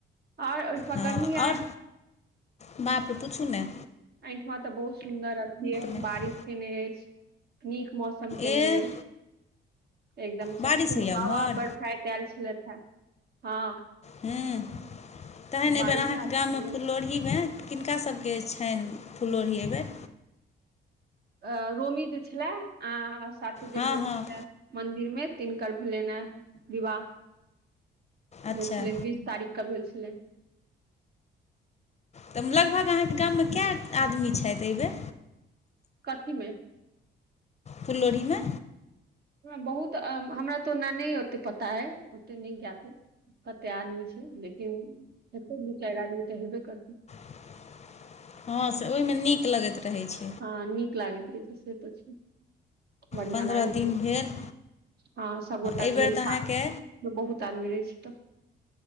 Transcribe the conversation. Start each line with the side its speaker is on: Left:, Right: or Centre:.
Right: और ओहिठमा
Left: हँ
Right: गर्मी आय
Left: आओर बाप र पुछू ने
Right: एहिठमा तऽ बहुत सुन्दर अथी
Left: नहि
Right: बारिश केने अछि नीक मौसम केने
Left: एह
Right: एकदम
Left: बारिश
Right: सब खूब
Left: होइए ओम्हर
Right: हवा बरसाइत आयल छलथि हेँ हँ
Left: हुँ तहन एहिबेर
Right: बारिश
Left: अहाँके
Right: आयल
Left: गाममे
Right: छलै।
Left: फुललोढ़ी भेल किनका सभके छनि फुलोढ़ए एहि बेर
Right: अ रोमी जे छलै अ साथे जे
Left: हँ
Right: गेल
Left: हँ
Right: छले मंदिर मे तिनकर भेलनि ह विवाह
Left: अच्छा
Right: भेल छलै बीस तारीखके भेल छलै
Left: तऽ लगभग अहाँके गाममे कए आदमी छथि अयबै
Right: कथी मे
Left: फलोढ़ीमे
Right: बहुत हमरा तऽ ओना नहि ओते पता ह ओते नहि जाते कते आदमी छै लेकिन हेतेक द चार तऽ हेबे करती
Left: <inaudible> हँ से ओहिमे नीक लगैत रहैत छै
Right: हँ नीक लागैत रहे छै से त छै बढ़ियां
Left: पन्द्रह
Right: लागैत
Left: दिन
Right: रहै छै
Left: भेल
Right: हँ सभगोटा
Left: एहिबेर
Right: गेल
Left: तऽ
Right: सा
Left: अहाँके
Right: बहुत आदमी रहै छै तऽ